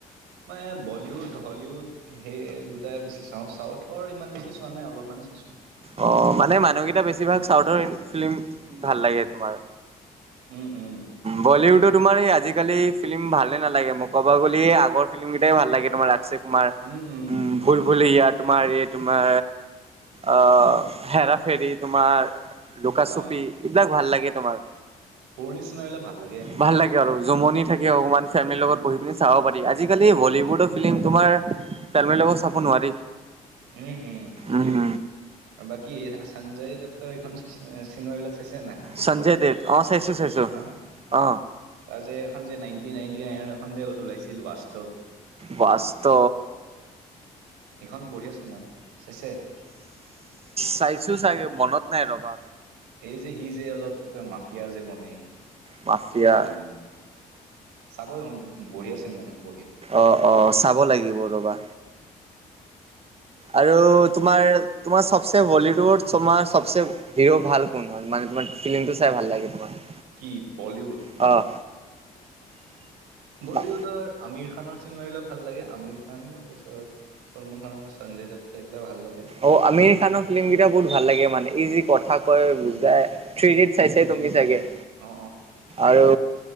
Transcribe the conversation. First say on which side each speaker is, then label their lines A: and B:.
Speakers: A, on the right (about 85°); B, on the right (about 35°).
A: মানে বলীউড, হলিউড সেই দুটাই বেছি চাওঁ চাউথৰ ইমান বেছি চোৱা নাই অলপমানে চাইছোঁ।
B: অ মানে মানুহকেইটা বেছিভাগ চাউথৰ ফিল্ম ভাল লাগে তোমাৰ।
A: উম উম।
B: বলিউডো তোমাৰ এই আজিকালি ফিল্ম ভালে নালাগে মোকবা গলিয়ে আগৰ ফিল্মকেইটাই ভাল লাগে তোমাৰ আক্ষেপ তোমাৰ
A: উম উম
B: উ
A: উম
B: ভুল ভুলেয়া তোমাৰ এই তোমাৰ অ হেৰা ফেৰি তোমাৰ লুকাচুপি
A: অ
B: এইবিলাক ভাল লাগে তোমাৰ।
A: পুৰণি চিনেমাবিলাক ভাল লাগে।
B: ভাল লাগে আৰু জুমনি থাকে অকণমান ফেমিলিৰ লগত বহি পিনি চাব পাৰি আজিকালি হলীউডৰ ফিল্ম তোমাৰ ফেমলি লগত চাব নোৱাৰি।
A: উম উম সেইটোয়ে
B: উম
A: আৰু বাকী চঞ্জয় দত্তৰ এইখন চিনেমাবিলাক চাইছে নাই?
B: সঞ্জয় দেৱ অ চাইছো চাইছো
A: অ
B: অ।
A: তাৰ যে এখন যে নাইনটিন নাইনটি নাইন এখন যে ওলাইছিল বাস্তৱ
B: বাস্তৱ
A: সেইখন বঢ়িয়া চিনেমা চাইছে।
B: চাইছো চাগে মনত নাই ৰবা।
A: এই যে সি যে অলপ কি কয় মাফিয়া যে বনে,
B: মাফিয়া
A: যে বনে চাবচোন বঢ়িয়া চিনেমা বঢ়িয়া।
B: অ অ চাব লাগিব ৰ'বা। আৰু তোমাৰ তোমাৰ চবচে বলিউডৰ তোমাৰ চবচে হিৰো ভাল কোন হয়? মানে তোমাৰ ফিলিমটো চাই ভাল লাগে তোমাৰ।
A: কি বলিউড
B: অ
A: বলিউডৰ
B: অ।
A: আমিৰ খানৰ চিনেমাবিলাক ভাল লাগে আমিৰ খান তাৰপিছত চলমান খান আৰু সঞ্জয় দত্ত এইবিলাক ভাল লাগে।
B: অ' আমিৰ খানৰ ফিল্ম কেইটা বহুত ভাল লাগে মানে ই যি কথা কয় বুজাই
A: উম
B: থ্ৰী ইডিয়েটছ চাইছাই
A: উম
B: তুমি চাগে
A: উম অ
B: আৰু